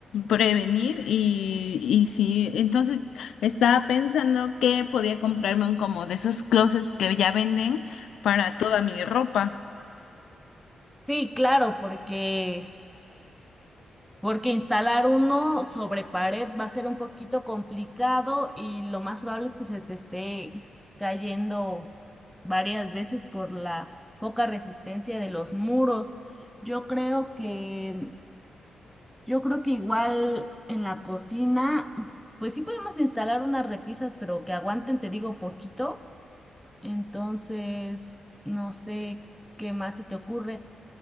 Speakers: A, on the left; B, in the centre.
A: prevenir y, y sí. Entonces estaba pensando que podía comprarme un como de esos closets que ya venden para toda mi ropa.
B: Sí, claro, porque Porque instalar uno sobre pared va a ser un poquito complicado y lo más probable es que se te esté cayendo varias veces por la poca resistencia de los muros. Yo creo que, yo creo que igual en la cocina, pues sí podemos instalar unas repisas, pero que aguanten, te digo, poquito. Entonces, no sé qué más se te ocurre.